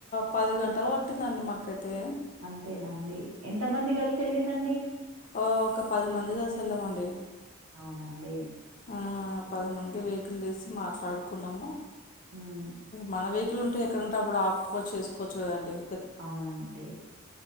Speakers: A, on the left; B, on the right.
A: పది గంటలు పట్టిందండి మకైతే
B: అంతేనా అండి ఎంత మంది కలిసి వెళ్ళిరండి
A: ఒక పది మంది కలిసి వెళ్ళామండి
B: అవునండి.
A: ఆ పదిమంది
B: హ్మ్.
A: వెహికల్ తీసి మాట్లాడుకున్నాము
B: హ్మ్.
A: మన వె- ఇలుంట ఎక్కడంటే అప్పుడు ఆపుకోచ్చుకోచ్చుదండి
B: అవునండి